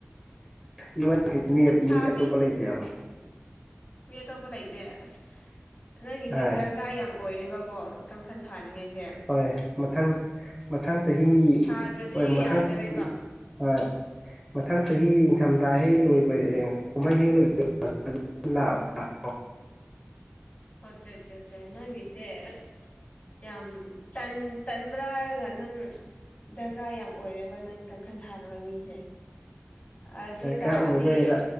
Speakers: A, in the centre; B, on the left.
A: ꯅꯨꯡꯉꯥꯏ ꯇꯦ ꯃꯤ ꯃꯤ
B: ꯊꯥꯕꯤ
A: ꯑꯇꯣꯞꯄ ꯂꯩꯇꯦ ꯍꯥꯢꯕ
B: ꯃꯤ ꯑꯇꯣꯞꯄ ꯂꯩꯇꯦ ꯑꯁ ꯅꯪꯒꯤꯁꯦ
A: ꯍꯣꯏ
B: ꯗꯔꯛ ꯀꯥ ꯌꯥꯝ ꯑꯣꯏꯔꯦꯕꯀꯣ ꯀꯥꯡꯈꯜ ꯊꯥꯅꯤꯡꯉꯥꯢꯁꯦ
A: ꯍꯣꯏ ꯃꯊꯪ ꯃꯊꯪ ꯆꯍꯤ
B: ꯊꯥꯗ꯭ꯔꯗꯤ
A: ꯍꯣꯏ ꯃꯊꯪ
B: ꯌꯥꯗꯔꯦꯕ
A: ꯆꯍꯤ ꯍꯣꯏ ꯃꯊꯪ ꯆꯍꯤ ꯅꯤꯡꯊꯝꯊꯥ ꯍꯦꯛ ꯂꯣꯏꯕ ꯑꯦ ꯀꯨꯝꯍꯩ ꯍꯦꯛ ꯂꯣꯏꯕ <unintelligible>
B: ꯑꯠꯆꯥ ꯆꯥ ꯆꯥ ꯅꯪꯒꯤꯁꯦ ꯑꯁ ꯌꯥꯝ ꯇꯟ ꯇꯟꯕ꯭ꯔꯥ ꯍꯥꯢꯔꯒ ꯅꯪ ꯗꯔꯀꯥꯔ ꯌꯥꯝ ꯑꯣꯏꯔꯦꯕ ꯅꯪ ꯀꯥꯡꯈꯜ ꯊꯥꯅꯕ ꯃꯤꯖꯦ ꯑꯗꯨ
A: ꯗꯔꯀꯥꯔ
B: ꯇꯥꯔꯗꯤ
A: ꯑꯣꯏꯕꯩꯔ